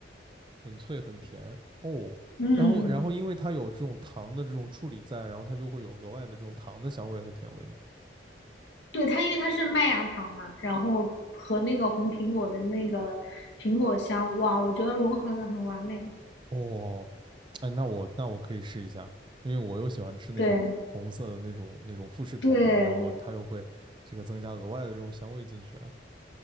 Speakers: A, on the right; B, on the left.
A: 很脆很甜哦。
B: 嗯，
A: 然后然后因为它有这种糖的这种处理在，然后它就会有额外的这种糖的香味和甜味嘛。
B: 对，它因为它是麦芽糖嘛，然后和那个红苹果的那个苹果香，哇，我觉得融合的很完美。
A: 哦，哎，那我那我可以试一下，因为我又喜欢吃那种红色的那种那种富士苹果，
B: 对对，
A: 然后它又会这个增加额外的这种香味进去啊。